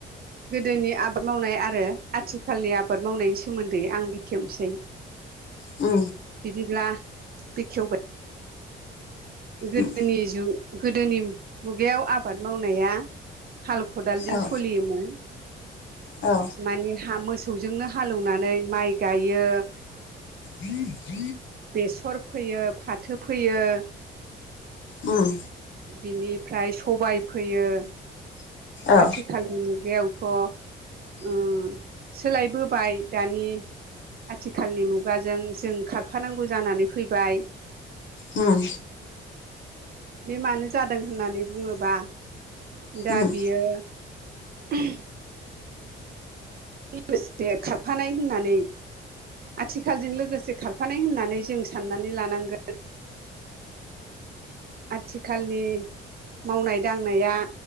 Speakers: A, on the right; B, on the left.
A: गोदोनि आबाद मावनाय आरो आथिखालनि आबाद मावनायनि सोमोन्दै आं बेखेवनोसै <inaudible>
B: उ
A: बिदिब्ला बेखेवबाय गोदोनि
B: उम
A: जग गोदोनि मुगायाव आबाद मावनाया हाल खदालजों
B: औ
A: सलियोमोन।
B: औ
A: माने ह मोसौजोंनो हालौवनानै माइ गायो।
B: हम
A: बेसर फोयो फाथो फोयो।
B: उम
A: बिनिफ्राय सबाय फैयो आथिखाल
B: औ
A: आथिखालनि मुगायावथ' सोलायबोबाय दानि आथिखालनि मुगाजों जों खारफानांगौ जानानै फैबाय
B: उम।
A: बे मानो जादों होननानै बुङोबा दा
B: उम
A: बियो। <unintelligible> लोगोसे खारफानाय होननानै आथिखालजों लोगोसे खारफानाय होननानै जों साननानै लानांगोन। आथिखालनि मावनाय दांनाया